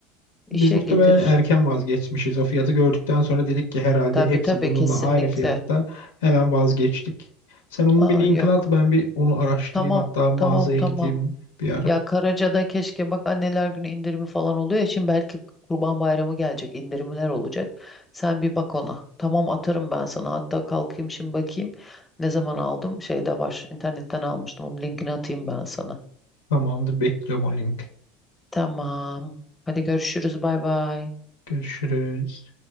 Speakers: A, on the left; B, on the left.
A: İşe
B: biz muhtemelen
A: getir.
B: erken vazgeçmişiz. O fiyatı gördükten sonra dedik ki herhalde
A: Tabii
B: hepsi
A: tabii
B: bununla
A: kesinlikle.
B: aynı fiyatta. Hemen vazgeçtik. Sen onun
A: Aa
B: bir linkini
A: yok.
B: at ben bir onu araştırayım.
A: Tamam.
B: Hatta mağazaya
A: Tamam tamam.
B: gideyim bir ara.
A: Ya Karaca'da keşke bak anneler günü indirimi falan oluyor ya. Şimdi belki Kurban Bayramı gelecek. indirimler olacak. Sen bir bak ona. Tamam atarım ben sana. Hatta kalkayım şimdi bakayım. Ne zaman aldım? Şeyde var. internetten almıştım. Onun linkini atayım ben sana.
B: Tamamdır bekliyorum o link.
A: Tamam. Hadi görüşürüz. Bay bay.
B: Görüşürüz.